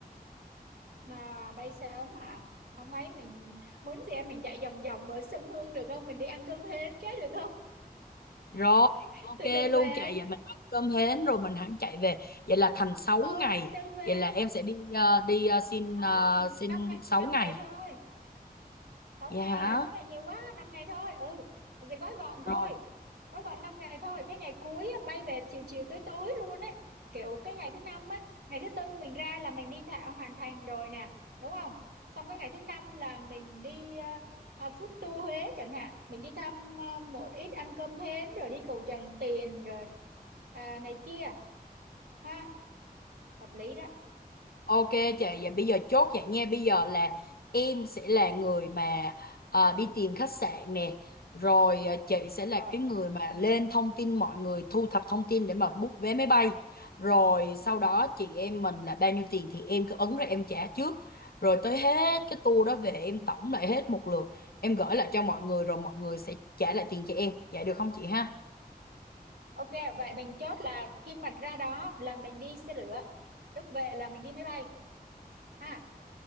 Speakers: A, on the right; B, on the left.
A: Là bay sớm à không ấy mình mướn xe mình chạy vòng vòng bờ sông Hương được không mình đi ăn cơm hết cái được không
B: rồi
A: <laughs>
B: ok
A: từ từ về
B: luôn chị vậy mình ăn cơm hến rồi mình hẳn chạy về vậy là thành 6
A: ờ
B: ngày
A: từ từ về
B: vậy là em sẽ đi à, đi à, xin
A: không
B: à, xin
A: năm ngày
B: 6
A: năm
B: ngày
A: ngày thôi sáu
B: dạ
A: ngày
B: hả
A: hả sáu ngày nhiều quá năm ngày thôi ừ thì gói gọn
B: rồi
A: thôi gói gọn 5 ngày thôi cái ngày cuối á, bay về chiều chiều tối tối luôn ấy kiểu cái ngày thứ năm á ngày thứ tư mình ra là mình đi thạ, hoàn Thành rồi nè đúng không xong cái ngày thứ năm là mình đi uh, food tour Huế chẳng hạn mình đi thăm ờ, một ít ăn cơm hến rồi đi cầu Tràng Tiền rồi à, này kia ha hợp lý đó
B: Ok chị, vậy bây giờ chốt vậy nha. Bây giờ là em sẽ là người mà ờ, đi tìm khách sạn nè. Rồi ờ, chị sẽ
A: rồi
B: là cái người mà
A: ừ.
B: lên thông tin mọi người, thu thập thông tin để mà book vé máy bay. Rồi sau đó chị em mình là bao nhiêu tiền thì em cứ ấn ra em trả trước. Rồi tới hết cái tour đó về em tổng lại hết một lượt. Em gửi lại cho mọi người rồi mọi người sẽ trả lại tiền cho em. Vậy được không chị ha?
A: ok vậy mình chốt là khi mà ra đó là mình đi xe lửa lúc về là mình đi máy bay ha